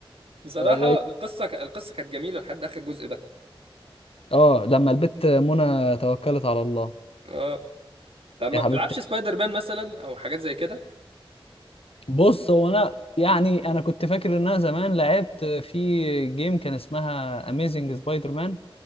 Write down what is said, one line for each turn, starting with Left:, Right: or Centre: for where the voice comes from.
Right: بصراحة
Left: اه
Right: القصة ك... القصة كانت جميلة لحد اخر جزء ده
Left: آه، لما البت منى توكلت على الله
Right: اه طب ما
Left: يا حبيبتي
Right: بتلعبش سبايدر مان مثلا او حاجات زي كده
Left: بص هو انا يعني انا كنت فاكر ان انا زمان لعبت في جيم كان اسمها اميزنج سبايدر مان